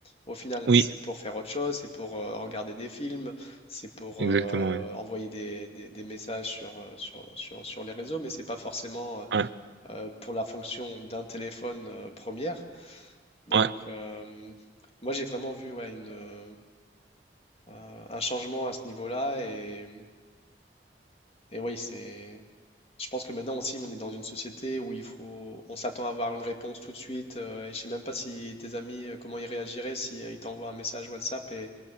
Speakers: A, on the left; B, on the right.
A: Au final,
B: oui,
A: c'est pour faire autre chose, c'est pour euh, regarder des films, c'est pour
B: exactement,
A: euh,
B: ouais.
A: envoyer des, des- des messages sur, euh, sur, sur- sur les réseaux, mais c'est pas forcément euh,
B: Ouais,
A: euh, pour la fonction d'un téléphone euh, première. Donc,
B: ouais,
A: euh, moi, j'ai vraiment vu ouais, une, euh, un un changement à ce niveau-là, et, et oui, c'est. Je pense que maintenant aussi, on est dans une société où il faut, on s'attend à avoir une réponse tout de suite. euh, et je sais même pas si tes amis, euh, comment ils réagiraient si euh, ils t'envoient un message WhatsApp et,